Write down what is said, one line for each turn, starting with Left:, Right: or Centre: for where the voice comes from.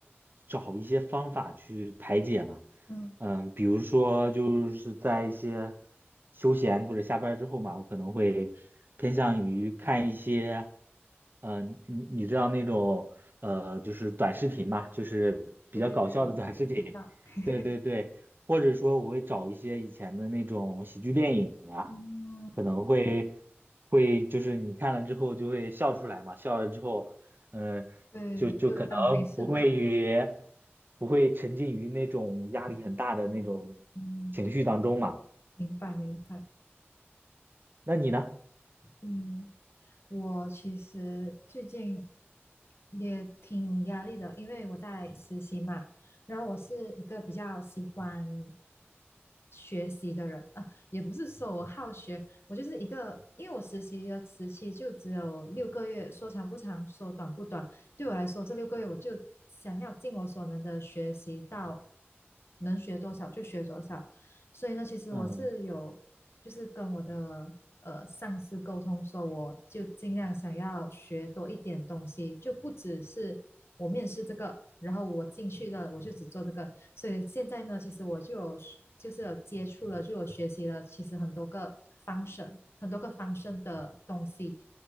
Right: 找一些方法去排解嘛。
Left: 嗯，
Right: 嗯，比如说就是在一些休闲或者下班儿之后嘛，我可能会偏向于看一些，嗯，你你你知道那种呃，就是短视频嘛，就是比较搞笑的短视频，
Left: 对对对，我知道。
Right: <laughs>
Left: <laughs>
Right: 对对对，或者说我会找一些以前的那种喜剧电影啊，
Left: 嗯，
Right: 可能会会就是你看了之后就会笑出来嘛，笑了之后。嗯，
Left: 对，就当没事了。
Right: 然后不会于不会沉浸于那种压力很大的那种情绪当中嘛。
Left: 嗯嗯，明白明白。
Right: 那你呢？
Left: 嗯，我其实最近也挺压力的，因为我在实习嘛。然后我是一个比较喜欢学习的人啊，也不是说我好学，我就是一个，因为我实习的时期就只有六个月，说长不长，说短不短。对我来说，这六个月我就想要尽我所能的学习到能学多少就学多少。所以呢，其实我是有就是跟我的呃上司沟通说，
Right: 嗯，
Left: 我就尽量想要学多一点东西，就不只是我面试这个，然后我进去了我就只做这个。所以现在呢，其实我就有就是有接触了，就有学习了，其实很多个 function 很多个 function 的东西，